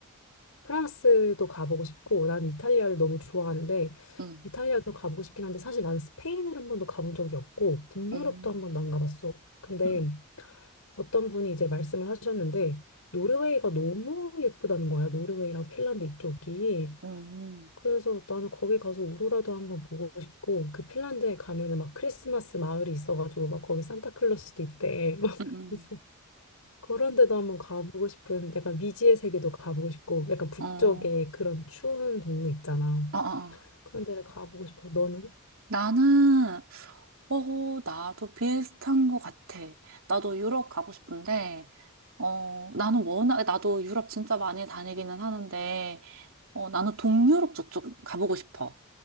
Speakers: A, on the left (about 85°); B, on the right (about 65°).
A: 프랑스도 가보고 싶고 난 이탈리아를 너무 좋아하는데
B: 응,
A: 이탈리아도 가보고 싶긴 한데 사실 난 스페인을 한 번도 가본 적이 없고 북유럽도
B: 응,
A: 한 번도 안 가봤어. 근데
B: 응,
A: 어떤 분이 이제 말씀을 하셨는데 노르웨이가 너무 예쁘다는 거야. 노르웨이랑 핀란드 이쪽이.
B: 응,
A: 그래서 나는 거기 가서 오로라도 한번 보고 싶고 그 핀란드에 가면은 막 크리스마스 마을이 있어가지고 막 거기 산타클로스도 있대 <laughs> 막
B: 응, 응,
A: 그래서 그런 데도 한번 가보고 싶은 약간 미지의 세계도 가보고 싶고 약간 북쪽에
B: 응. 어,
A: 그런 추운 동네 있잖아
B: 어, 어.
A: 그런 데를 가보고 싶어 너는?
B: 나는, 어, 나도 비슷한 것 같아. 나도 유럽 가고 싶은데, 어, 나는 워낙, 나도 유럽 진짜 많이 다니기는 하는데, 어, 나는 동유럽 저쪽 가보고 싶어.